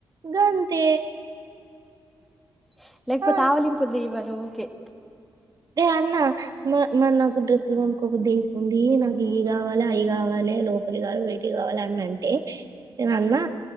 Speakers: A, on the right; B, in the centre.
A: గంతే
B: <inaudible> లేకపోతే
A: ఆ
B: ఆవలింపూలు తీయమను ఊకే
A: ఏ అన్నా మ మరి నాకు డ్రెస్సులు కొనుకొకద్ద అయితుంది నాకు ఈ కావాలి అయి కావాలి లోపలి కావాలి బయటివి కావాలి అని అంటే ఏనామా